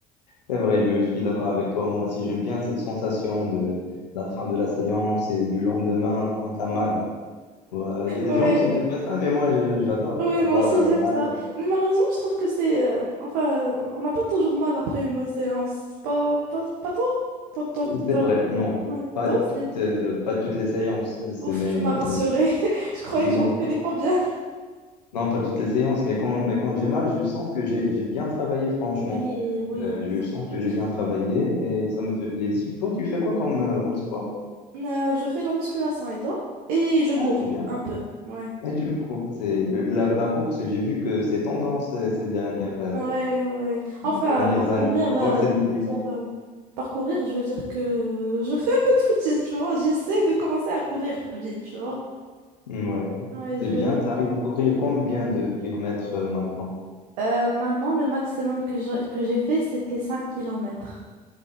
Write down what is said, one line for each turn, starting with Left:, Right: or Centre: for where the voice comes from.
Left: C'est vrai, je suis d'accord avec toi. Moi aussi, j'aime bien cette sensation de la fin de la séance et du lendemain quand t'as mal. Ouais, Il y a des
Right: Ouais,
Left: gens qui n'aiment pas ça, mais moi, je- j'adore
Right: ouais,
Left: avoir
Right: moi aussi
Left: euh,
Right: j'aime
Left: mal.
Right: ça. Mais malheureusement, je trouve que c'est. euh, enfin, on n'a pas toujours mal après une bonne séance. C'est Pas, pas, pas toi? Toi, toi,
Left: C'est
Right: tu as.
Left: vrai,
Right: toujours-
Left: non,
Right: Ouais,
Left: pas
Right: toi
Left: toutes,
Right: aussi.
Left: euh, pas toutes les séances. C'est
Right: Ouf,
Left: mais,
Right: tu m'as rassurée.
Left: mais
Right: <laughs> Je croyais
Left: non,
Right: que je m'entraînais
Left: pas,
Right: pas bien.
Left: non, pas toutes les séances, mais quand, mais quand j'ai mal, je sens que j'ai, j'ai bien travaillé, franchement.
Right: Oui, oui,
Left: Euh,
Right: oui,
Left: je
Right: ça
Left: sens
Right: fait du
Left: que
Right: bien.
Left: j'ai bien travaillé et ça
Right: Ouais.
Left: me fait plaisir. Toi, tu fais quoi comme, euh, comme sport?
Right: Euh, je fais de la musculation et toi? Et je cours
Left: Ah, c'est bien.
Right: un peu. Ouais.
Left: Et tu cours, c'est la, la course, j'ai vu que c'est tendance euh, ces dernières, euh,
Right: Ouais, ouais. Enfin,
Left: dernières
Right: parcourir,
Left: années, voire
Right: euh,
Left: ces derniers mois.
Right: je veux dire, euh, parcourir, je veux dire que je fais un peu de footing, tu vois. J'essaie de commencer à courir vite, tu vois.
Left: Ouais,
Right: Ouais,
Left: c'est
Right: je...
Left: bien, tu arrives à courir combien de kilomètres euh, maintenant?
Right: Euh, maintenant, le maximum que je- que j'ai fait, c'était cinq kilomètres